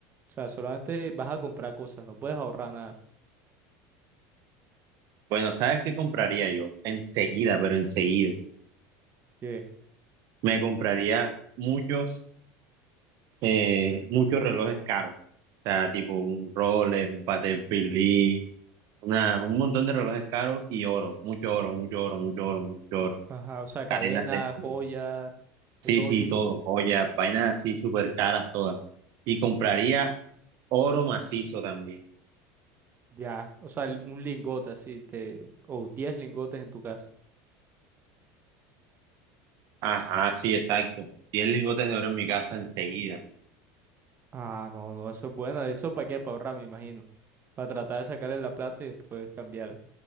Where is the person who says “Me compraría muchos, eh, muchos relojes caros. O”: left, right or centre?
Right